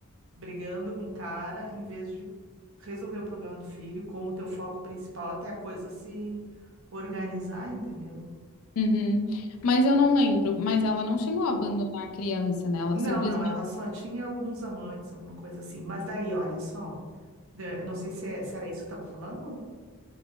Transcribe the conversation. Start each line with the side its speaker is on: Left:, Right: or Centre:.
Right: brigando com o cara em vez de resolver o problema do filho como teu foco principal até a coisa se organizar, entendeu?
Left: Uhum. Mas eu não lembro, mas ela não chegou a abandonar a criança, né? Ela
Right: Não,
Left: simplesmente
Right: não, ela só tinha alguns amantes, alguma coisa assim. Mas daí, olha só, eh, eu não sei se, é- se era isso que estava falando.